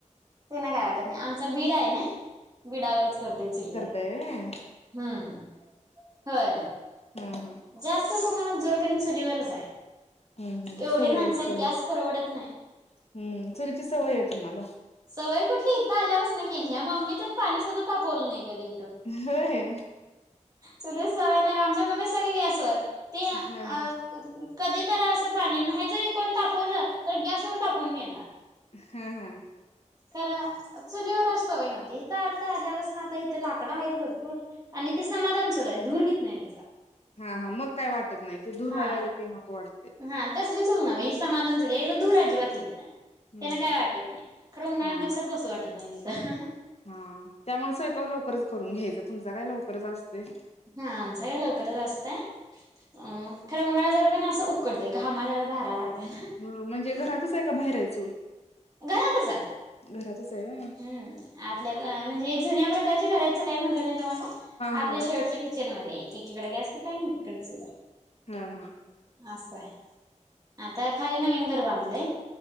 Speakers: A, on the right; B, on the left.
A: तेनं काय वाटत नाय. आमचा बीड आय नय बीडावर करते चुलीवर
B: करताय व्हय
A: हम्म, होय.
B: हूं हूं
A: जास्त प्रमाणात जेवणं कनाय चुलीवरच आय.
B: हम्म हम्म
A: एवढी
B: सवय
A: माणस
B: आहे
A: येत.
B: चुली
A: गॅस परवडत नाय.
B: हम्म, चुलीची सवय ये तुम्हाला
A: सवय कुठली इथं आल्या पासना केलीया मम्मीच्यात पाणी सुद्धा तापवलं नाय कधी
B: हो होय.
A: चुलीच सवय नाय, आमच्या मम्मीच सगळे गॅसवर, ते अ
B: हा हा
A: कधी तर असं पाणी, न्हाय जरी कोण तापवलं तर गॅसवर तापून घेणार.
B: हं हा
A: खरं, चुलीवरच सवय नव्हती. इथं आता आल्यापासना आता इथं लाकडं आहेत भरपूर आणि ती समाधान चुल आहेत. धूर होत नाहीत तिजा
B: हा हा, मग काय वाटत नाय, ते धूर
A: हा
B: व्हायला लागलं की नको वाटतय.
A: हा तसली चूल लावा, ही समाधान चूल, याजा धूर अजिबात होईत नाय.
B: हम्म
A: त्यांन
B: हम्म
A: काय वाटत नाय. खरं उन्हाळ्याच्या
B: हा
A: दिवसात बसू वाटत नाय तीत
B: हा, त्यामुळ स्वयंपाक लवकरच करून घ्यायचां. तुमचा काय लवकरच असतोय.
A: हा आमचा काय लवकरच असतं. अ खरं उन्हाळ्या जर का नाय असं उकडत घामाच्या धारा लागत्या.
B: हं म्हणजे घरातच हाय, का बाहेर हाय चूल
A: घरातच आहे.
B: घरातच आहे होय.
A: हम आतल्या म्हणजे जुन्या प्रकारची घरांच काय म्हटलं नाही तुम्हाला आपल्या
B: हा
A: शेवटच कि- चनमध्ये एकीकडे गॅस कट्टा आहे आणि इकड चूल आहे.
B: हा हा.
A: असं आहे आता खाली नवीन घर बांधलंय.